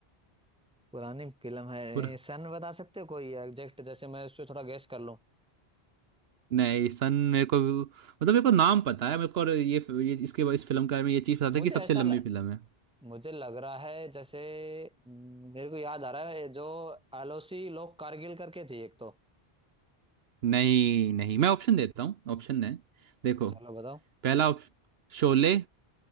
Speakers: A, in the centre; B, on the right.
A: पुरानी फिल्म है
B: पुर
A: सन बता सकते हो कोई एग्जैक्ट जैसे मैं उससे थोड़ा गेस कर लूं
B: नहीं सन मेरे को मतलब मेरे को नाम पता है मेरे को और ये, ये इसके इस फिल्म के बारे में ये चीज़ पता
A: मुझे
B: था कि सबसे
A: ऐसा
B: लंबी
A: ल,
B: फिल्म है
A: मुझे लग रहा है जैसे हम्म, मेरे को याद आ रहा है जो एलओसी लोग कारगिल करके थी एक तो
B: नहीं नहीं मैं ऑप्शन देता हूँ ऑप्शन है देखो
A: चलो बताओ
B: पहला ऑप्श- शोले